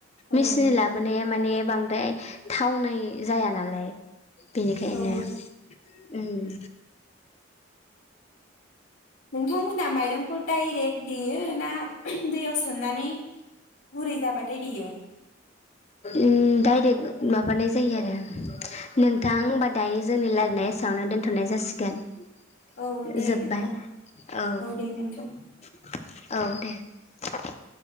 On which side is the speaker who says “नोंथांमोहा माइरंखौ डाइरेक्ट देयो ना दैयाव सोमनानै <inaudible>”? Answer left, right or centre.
Left